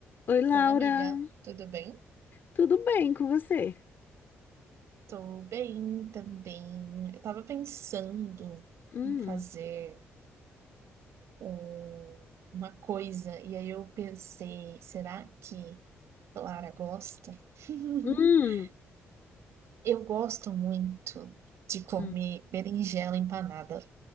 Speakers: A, on the left; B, on the right.
A: Oi, Laura.
B: Oi, amiga, tudo bem?
A: Tudo bem com você?
B: Tô bem também. Eu tava pensando
A: Hum,
B: em fazer um- uma coisa e aí eu pensei, será que Clara gosta? <laughs>
A: hum,
B: Eu gosto muito de comer
A: hum,
B: berinjela empanada.